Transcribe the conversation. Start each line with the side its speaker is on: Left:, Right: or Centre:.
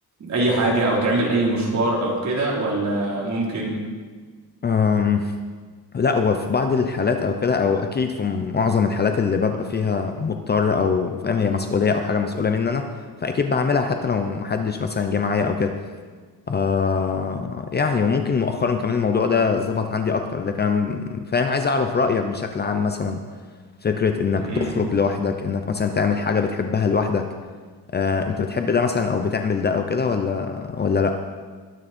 Right: أي حاجة أو تعمل أي مشوار أو كده ولا ممكن؟
Left: أم لا هو في بعض الحالات او كده او اكيد في معظم الحالات اللي ببقى فيها مضطر او فاهم هي مسؤوليه او حاجه مسؤوله مني انا فاكيد بعملها حتى لو محدش مثلا جه معايا او كده آه يعني وممكن مؤخرا كمان الموضوع ده ظبط عندي اكتر لكن فاهم عايز اعرف رايك بشكل عام مثلا فكرة انك
Right: مم.
Left: تخرج لوحدك انك مثلا تعمل حاجة بتحبها لوحدك آه، انت بتحب ده مثلا او بتعمل ده او كده ولا ولا لا